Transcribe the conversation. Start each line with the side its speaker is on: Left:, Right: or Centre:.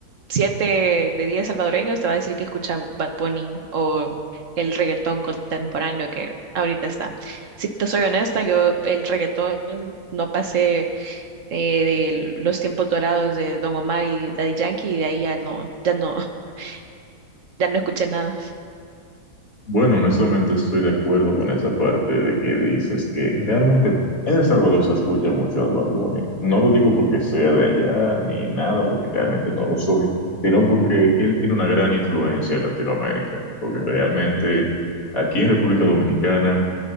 Right: siete de diez salvadoreños te va a decir que escucha Bad Bunny o el reggaetón contemporáneo que ahorita está. Si te soy honesta, yo el reggaetón no pasé eh, de los tiempos dorados de Don Omar y Daddy Yankee y de ahí ya no, ya no, <laughs> ya no escuché nada.
Left: Bueno, honestamente estoy de acuerdo con esa parte de que dices que realmente en El Salvador se escucha mucho a Bad Bunny. No lo digo porque sea de allá ni nada, porque realmente no lo soy, sino porque él tiene una gran influencia en Latinoamérica, porque realmente aquí en República Dominicana